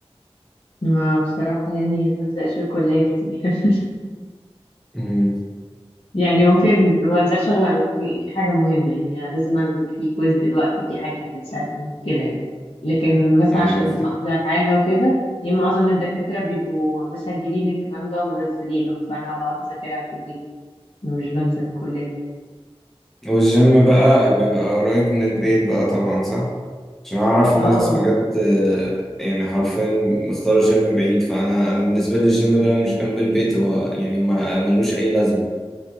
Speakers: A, on the left; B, in the centre.
A: ما بصراحة يعني بنزل أشوف كلية كتير <laughs>
B: امم
A: يعني ممكن بنزل شغل عن- في في حاجة مهمة يعني أنا لازم أعمل في كويز دلوقتي في حاجة هتتسلم كده يعني لكن مثلا
B: ايوه
A: عشان
B: فاهم.
A: أحضر حاجة وكده يعني معظم من الدكاترة بيبقوا مسجلين الكلام ده ومنزلينه فأنا بقعد أذاكرها في البيت مش بنزل الكلية يعني.
B: والجيم بقى بيبقى قريب من البيت بقى طبعا صح عشان أعرف
A: اه
B: ناس بجد آه، يعني حرفيا مختار جيم بعيد فأنا أنا بالنسبة لي الجيم ده مش جنب البيت هو يعني ما ملوش أي لازمة